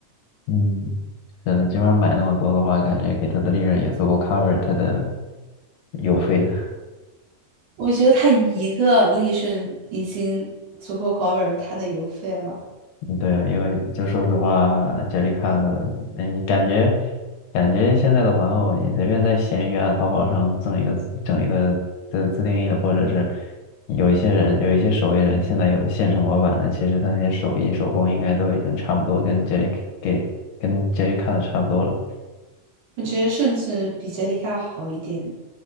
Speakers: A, on the left; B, on the right.
A: 嗯，是的，基本上买那么多的话，感觉给它的利润也足够 cover 它的邮费的。
B: 我觉得它一个利瞬已经足够 cover 它的邮费了。
A: 嗯对啊，因为就说实话，Jellycat，那你感觉感觉现在的玩偶，你随便在闲鱼啊、淘宝上赠一个整一个自自定义的，或者是有一些人有一些手艺人现在有现成模板的，其实他那些手艺手工应该都已经差不多跟 Jelly 给跟 Jellycat 差不多了。
B: 我觉得甚至比杰里卡好一点。